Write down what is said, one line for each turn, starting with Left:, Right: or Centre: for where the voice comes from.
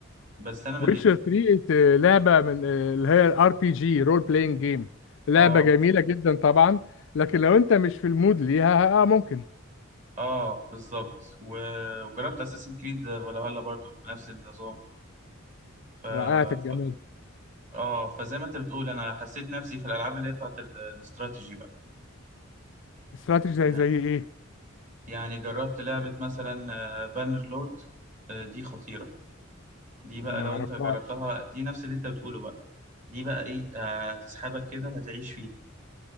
Right: بس أنا
Left: ويتشر
Right: مليت
Left: 3 ت- لعبه من آه، اللي هي الار بي جي رول بلاينج جيم لعبه
Right: اه
Left: جميله
Right: بالظبط
Left: جدا طبعا لكن لو انت مش في المود ليها اه ممكن
Right: اه بالظبط و- وجربت أساسن كريد فالهالا برضو نفس النظام ف...
Left: رائعه الجمال
Right: ف... اه فزي ما انت بتقول انا حسيت نفسي في الالعاب اللي هي بتاعت ال- الاستراتيجي بقى
Left: استراتيجي زي
Right: يعني
Left: زي ايه
Right: يعني جربت لعبة مثلا بانر لورد دي خطيرة دي بقى
Left: ما
Right: لو
Left: اعرفهاش
Right: انت جربتها دي نفس اللي انت بتقوله بقى دي بقى ايه آه، هتسحبك كده هتعيش فيها